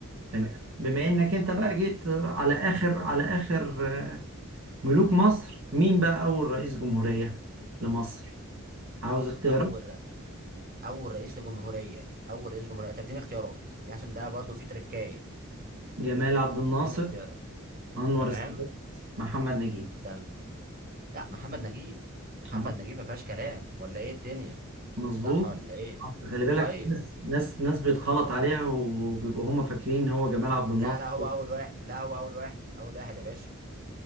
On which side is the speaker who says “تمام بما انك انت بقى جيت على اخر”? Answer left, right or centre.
Right